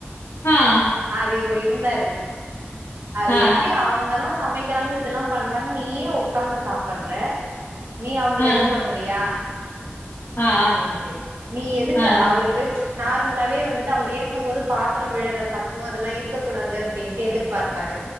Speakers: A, on the left; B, on the right.
A: ஆ
B: அது இவர் இது இருந்தாரு அது
A: ஆ,
B: எப்படி அவங்கதான் சமைக்க க்கிறாங்க இதெல்லாம் பண்றாங்க நீயே உட்காந்து சாப்பிடுற நீ அவங்கள
A: ஆ, ஆ, ஆ,
B: எது பண்ணுவியா
A: ஆ,
B: அப்படின்ட்டு நீ எதுக்கு
A: ஆ, ஆ, ஆ,
B: அவருக்கு நார்மலாவே வந்துட்டு அவர் இருக்கும் போது பார்த்த பாத்தரம் விழற சத்தம் அதெல்லாம் இருக்க கூடாது அப்படின்ட்டு எதிர்பார்பாரு